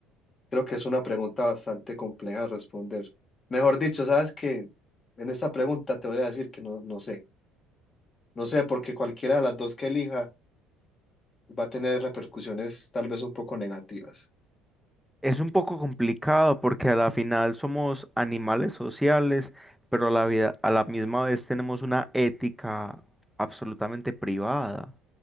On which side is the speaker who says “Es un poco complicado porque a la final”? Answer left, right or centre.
Centre